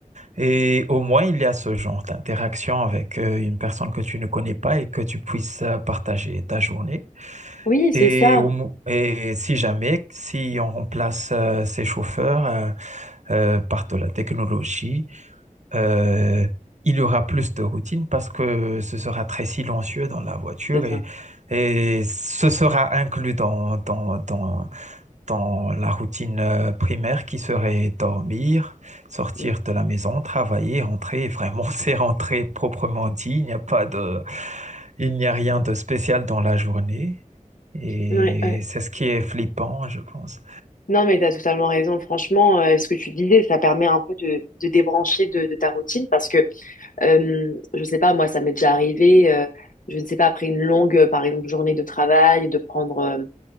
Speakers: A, on the right (about 60°); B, on the left (about 75°).
A: Et au moins, il y a ce genre d'interaction avec euh, une personne que tu ne connais pas et que tu puisses euh, partager ta journée.
B: Oui, c'est
A: Et,
B: ça.
A: au mo- et si jamais, si on remplace euh, ces chauffeurs euh, euh, par de la technologie, euh, il y aura plus de routine parce que ce sera très silencieux dans la voiture
B: C'est ça.
A: et, et ce sera inclus dans, dans, dans, dans la routine euh, primaire qui serait dormir, sortir
B: Mm.
A: de la maison, travailler, rentrer. Vraiment, <laughs> c'est rentrer proprement dit. Il n'y a pas de, il n'y a rien de spécial dans la journée. Et
B: Ouais, ouais.
A: c'est ce qui est flippant, je pense.
B: Non, mais tu as totalement raison. Franchement, euh, ce que tu disais, ça permet un peu de, de débrancher de, de ta routine parce que, euh, je sais pas, moi, ça m'est déjà arrivé, euh, je ne sais pas, après une longue, euh, par exemple, journée de travail, de prendre euh,